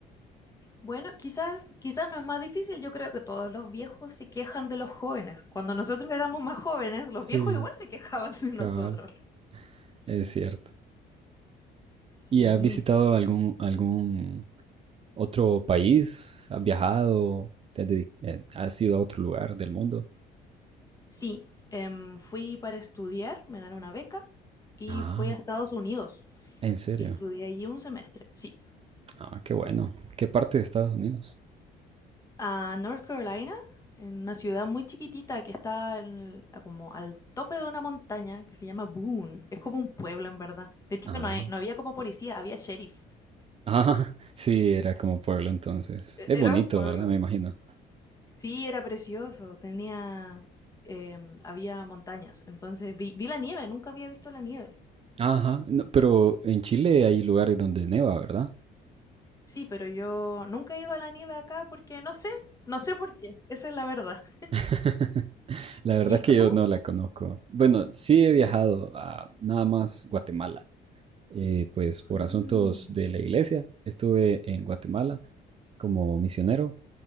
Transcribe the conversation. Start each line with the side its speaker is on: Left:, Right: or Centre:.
Left: Bueno, quizás, quizás no es más difícil. Yo creo que todos los viejos se quejan de los jóvenes. Cuando nosotros éramos más jóvenes, los
Right: Sí,
Left: viejos igual se quejaban de nosotros.
Right: cabal, es cierto. ¿Y
Left: Sí.
Right: has visitado algún, algún otro país? ¿Has viajado? ¿Te has, dedi- eh, has ido a otro lugar del mundo?
Left: Sí, em, fui para estudiar, me gané una beca
Right: Ah,
Left: y fui a Estados Unidos
Right: ¿en serio?
Left: y estudié allí un semestre, sí.
Right: Ah, qué bueno. ¿Qué parte de Estados Unidos?
Left: A North Carolina, en una ciudad muy chiquitita que está en- como al tope de una montaña que se llama Boone. Es como un pueblo en verdad. De hecho,
Right: Ah.
Left: no hay- no había como policía, había sheriff.
Right: Ajá, <laughs> sí, era como pueblo entonces.
Left: E-
Right: Es bonito,
Left: Era un pueblo.
Right: ¿verdad? Me imagino.
Left: Sí, era precioso, tenía, em, había montañas, entonces vi, vi la nieve, nunca había visto la nieve.
Right: Ajá, no, pero en Chile hay lugares donde neva, ¿verdad?
Left: Sí, pero yo nunca he ido a la nieve acá porque no sé, no sé por qué, esa es la verdad.
Right: <laughs> La verdad
Left: ¿Y
Right: es que
Left: tú?
Right: yo no la conozco. Bueno, sí he viajado a nada más Guatemala. Eh, pues por
Left: Mm,
Right: asuntos de la iglesia, estuve en Guatemala como misionero